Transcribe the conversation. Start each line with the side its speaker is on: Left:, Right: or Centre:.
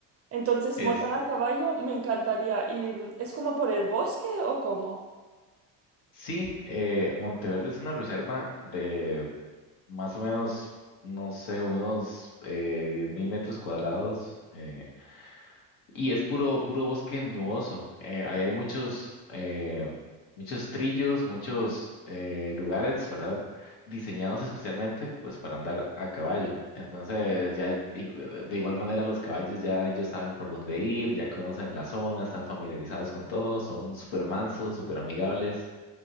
Right: Entonces,
Left: Es,
Right: montar a caballo me encantaría. ¿Y mm, es como por el bosque o cómo?
Left: sí, eh, Monteverde es una reserva de más o menos, no sé, unos eh, 10.000 metros cuadrados, eh, Y es puro, puro bosque nuboso. Eh, ahí hay muchos, eh, muchos trillos, muchos eh, lugares, ¿verdad? Diseñados especialmente, pues, para andar a caballo. Entonces, ya i- de igual manera los caballos ya ellos saben por dónde ir, ya conocen la zona, están familiarizados con todo, son súper mansos, súper amigables.